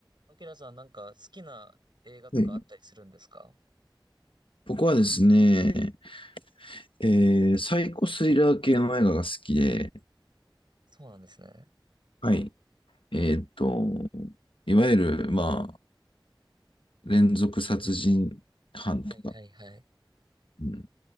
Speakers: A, on the right; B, on the left.
A: アキラさんなんか好きな映画とかあったりするんですか
B: はい。僕はですね、えーサイコスリラー系の映画が好きで、
A: そうなんですね。
B: はい。えっと、いわゆる、まあ、連続殺人犯とか、
A: はいはいはい。
B: うん、